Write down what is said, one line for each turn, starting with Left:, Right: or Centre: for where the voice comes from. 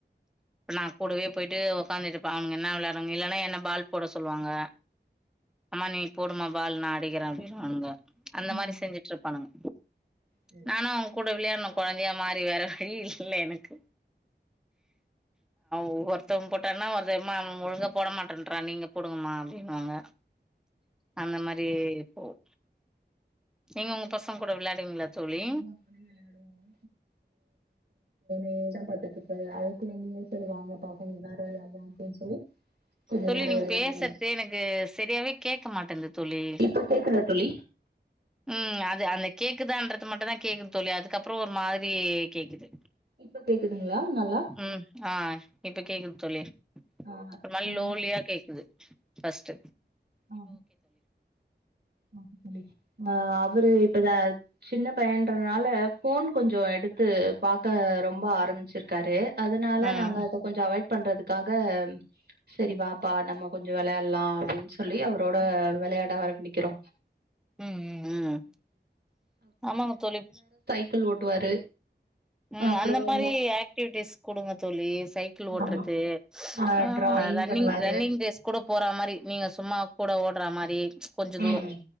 Centre: நா கூடவே போயிட்டு உக்காந்துட்ருப்ப அவுனுங்க என்ன வெளயாடுறாங்க இல்லனா என்ன பால் போட சொல்வாங்க அம்மா நீ போடுமா பால் நா அடிக்கறே அப்டின்வானுங்க அந்த
Right: ம்.
Centre: மாரி செஞ்சுட்ருப்பாணுங்க
Right: சரி
Centre: நானு அவங்க கூட விளையாட்ணு கொழந்தையா மாறி வேற வழியில்ல இல்ல எனக்கு ஒவ்வொருத்த ஒருத்தவ போட்டானா ஒருத்தன் எம்மா அவன் ஒழுங்கா போட மாட்டன்றா நீங்க போடுங்கமா அப்டினுவாங்க அந்த மாரி போகு நீங்க உங்க பசங்க கூட விளையாடுவீங்ளா தோழி
Right: ஆமா தோழி விளையாடுவோம் முடிஞ்ச பாத்துட்ருப்பாரு அதுக்குலமே சரி வாங்க <unintelligible> அப்டின்னு சொல்லி கொஞ்ச
Centre: தோழி
Right: நேரோ
Centre: நீங்க
Right: விளையாடுவாரு
Centre: பேசறது எனக்கு செரியாவே கே க்க மாட்டன்து தோழி
Right: இப்ப கேக்குதா தோழி
Centre: ம் அது அத கேக் கேக்குதான்றது மட்டு தா கேக்குது தோழி அதுக்கப்ற ஒரு மாரி கேக்குது
Right: இப்ப கேக்குதுங்ளா நல்லா
Centre: ம் ஆ இப்ப கேக்குது தோழி
Right: ஆ
Centre: <unintelligible>
Right: ஆ
Centre: லோலியா கேக்குது ஃபஸ்ட்
Right: ஆ ஆ தோழி ஆ அவரு இப்பத சின்ன பயன்றனால ஃபோன் கொஞ்ச சோ எடுத்து பாக்க ரொம்ப ஆர் ஆரம்ச்சிருக்காரு அதனால
Centre: ம்
Right: நாங்க அத கொஞ்ச அவாய்ட் பண்றதுக்காக செரி வாப்பா நம்ம கொஞ்ச வெளயாட்லா அப்டி சொல்லி அவரோட வெளயாட ஆரம்பிக்கிறோ
Centre: ம் ம் ம் ஆமாங்க தோழி
Right: கள் ஓட்டுவாரு
Centre: ம்
Right: அப்புறம்
Centre: அந்த மாரி ஆக்டிவிட்டிஸ் குடுங்க தோழி சைக்கிள் ஓட்றது
Right: ஆமா. அ
Centre: ஆ
Right: டிராயிங்
Centre: ரன்னிங்
Right: பண்ணுவாரு.
Centre: ரன்னிங் ரேஸ் கூட போற மாரி நீங்க சும்மா கூட ஓட்ற மாரி கொஞ்ச
Right: ம்.
Centre: தூரம்